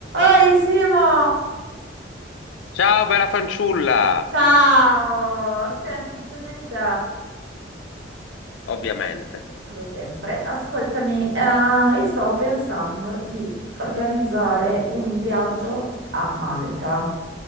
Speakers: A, on the right; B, on the left.
A: Oi Simo!
B: Ciao, bella fanciulla!
A: Ciao! Senti, ho bisogno di te,
B: Ovviamente.
A: come sempre. Ascoltami, eh, io stavo pensando di organizzare un viaggio a Malta.